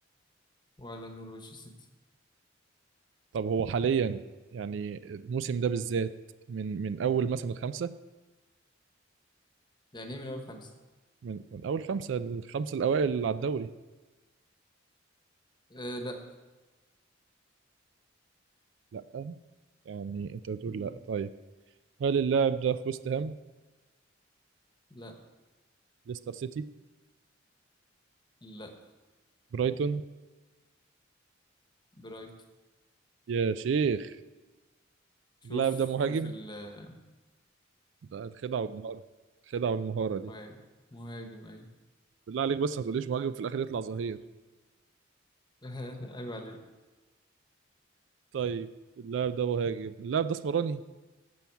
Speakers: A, on the left (about 20°); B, on the right (about 65°).
A: ولا نورويتش سيتي
B: طب هو حاليا يعني الموسم ده بالذات من من اول مثلا الخمسة
A: يعني ايه من أول خمسة
B: من من اول خمسة الخمسة الاوائل على الدوري
A: إيه لا
B: لا يعني انت بتقول
A: مم.
B: لا طيب هل اللاعب ده في وست هام؟
A: لا
B: ليستر سيتي؟
A: لا
B: برايتون؟
A: برايت
B: يا شيخ
A: شوف
B: اللاعب ده مهاجم؟
A: شوف المهاجم
B: ده الخدعة والمهارة الخدعة والمهارة
A: مهاجم مهاجم اي
B: بالله عليك بس ما تقوليش مهاجم في الاخر يطلع ظهير
A: <laughs> عيب عليك
B: طيب اللاعب ده مهاجم اللاعب ده اسمراني